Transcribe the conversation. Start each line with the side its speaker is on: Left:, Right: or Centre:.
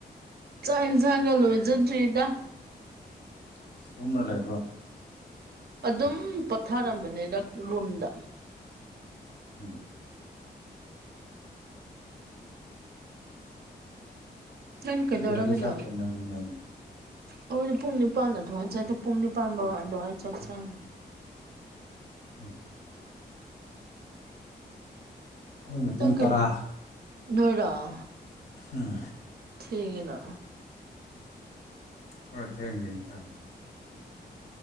Right: ꯆꯥꯛ ꯏꯟꯁꯥꯡꯒ ꯂ‌ꯣꯏꯖꯗ꯭ꯔꯤꯗ
Left: ꯑꯁ ꯇꯨꯝꯃ ꯂꯩꯕ꯭ꯔꯣ
Right: ꯑꯗꯨꯝ ꯄꯣꯊꯥꯔꯝꯕꯅ‌ꯦꯗ ꯔꯨꯝꯗ
Left: ꯎꯝ
Right: ꯅꯪ ꯀꯩꯗꯧꯔꯝꯃꯤꯅ‌ꯣ
Left: ꯄꯨꯡ ꯀꯌꯥꯗ ꯆꯥꯛ ꯆꯥꯅꯒꯦ ꯅꯣꯏꯗꯤ
Right: ꯑ‌ꯣ ꯑꯩꯗꯤ ꯄꯨꯡ ꯅꯤꯄꯥꯟꯗ ꯊ‌ꯣꯡꯉꯥ ꯆꯥꯏꯗꯣ ꯄꯨꯡ ꯅꯤꯄꯥꯟ ꯐꯕꯥ ꯑꯗꯨꯋꯥꯏꯗ ꯆꯛꯆꯥꯏꯅ‌ꯦ
Left: ꯎꯝ ꯑꯩꯈꯣꯏꯅ ꯄꯨꯡ
Right: <unintelligible>
Left: ꯇꯔꯥ
Right: ꯅꯣꯏꯔ‌ꯣ
Left: ꯎꯝ
Right: ꯊ‌ꯦꯡꯉ‌ꯦꯅ
Left: ꯈ‌ꯣꯏ ꯊꯦꯡ ꯊꯦꯡ ꯆꯥꯏ